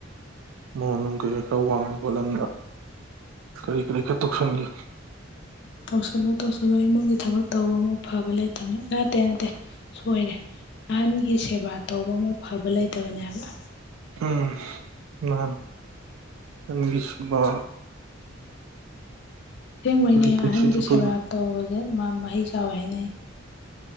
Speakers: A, on the right; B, on the left.
A: ꯃꯣꯍꯅꯣꯡꯒꯤ ꯆ ꯋꯥꯉꯥꯡ ꯒꯣꯂꯟꯗ ꯀꯔꯤ ꯀꯔꯤ ꯈꯔꯥ ꯇꯧꯁꯤꯟ ꯒꯦ
B: ꯇꯧꯁꯜꯂꯣ ꯇꯧꯁꯤꯜꯂꯣ ꯏꯃꯨꯡꯒꯤ ꯊꯕꯛ ꯇꯧꯕ ꯃꯨꯛ ꯐꯕ ꯂꯩꯇꯕꯅꯦ ꯅꯠꯇꯦ ꯅꯠꯇꯦ ꯁꯣꯏꯔꯦ ꯑꯍꯟꯒꯤ ꯁꯦꯕꯥ ꯇꯧꯕ ꯃꯨꯛ ꯐꯕ ꯂꯩꯇꯕꯅꯦꯕ
A: ꯎꯝ ꯅꯥꯟ ꯅꯟꯕꯤꯁꯕ
B: ꯑꯁꯦꯡꯕꯩ ꯅꯦ
A: ꯄꯨꯟꯁꯤ
B: ꯑꯍꯟꯒꯤ
A: ꯆꯨꯞꯄꯒꯤ
B: ꯁꯦꯕꯥ ꯇꯧꯕꯁꯦ ꯃꯍꯩ ꯆꯥꯎꯋꯦ ꯍꯥꯏꯅꯩꯩꯅ